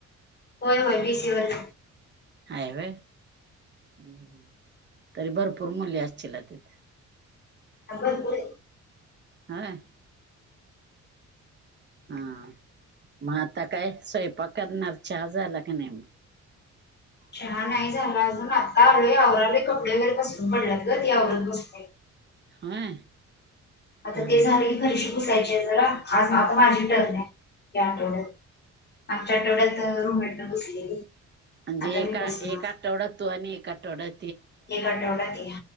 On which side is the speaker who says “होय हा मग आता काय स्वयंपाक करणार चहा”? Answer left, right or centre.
Right